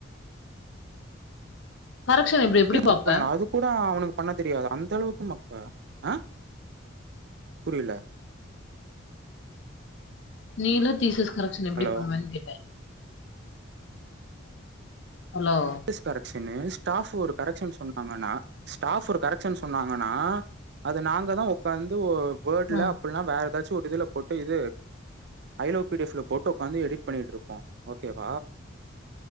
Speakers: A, on the left; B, on the right.
A: கரெக்ஷன் எப்டி எப்டி
B: இப்ப
A: பாப்ப
B: அது கூட அவனுக்கு பண்ண தெரியாது அந்த அளவுக்கு மக்க ஆ புரியல
A: நீல தீசஸ் கரெக்ஷன் எப்படி
B: ஹலோ
A: பண்ணுவேன்னு கேட்டேன் hello
B: this correction is staff ஒரு கரெக்ஷன் சொன்னாங்கன்னா ஸ்டாஃப் ஒரு கரெக்ஷன் சொன்னாங்கன்னா அது நாங்கள் தான் உ்காந்து வேர்ட்ல
A: ஆ
B: அப்டியல்லாம் வேற ஏதாச்சும் ஒரு இதுல போட்டு இது அய்ஓபில போட்டோ உட்காந்து எடிட் பண்ணட்டு இருப்போம் ஓகேவ